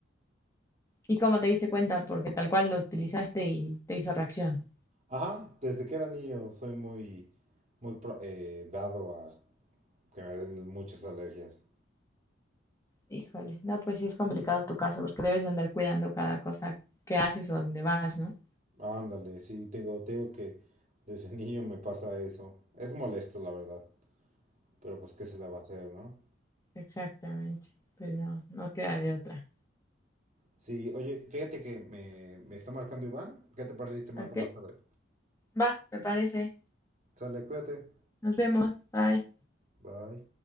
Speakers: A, on the left; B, on the right.
A: ¿Y cómo te diste cuenta? Porque tal cual lo utilizaste y te hizo reacción.
B: Ajá, desde que era niño soy muy, muy pro- eh, dado a que me den muchas alergias.
A: Híjole, no, pues sí es complicado tu caso porque debes andar cuidando cada cosa que haces o dónde vas, ¿no?
B: Ándale, sí, tengo, tengo que desde <laughs> niño me pasa eso. Es molesto, la verdad, pero pues qué se la va a hacer, ¿no?
A: Exactamente. Pues no, no queda de otra.
B: Sí, oye, fíjate que me, me está marcando Iván. ¿Qué te parece si te marco
A: Ok,
B: más tarde?
A: va, me parece.
B: Sale, cuídate.
A: Nos vemos. Bye.
B: Bye.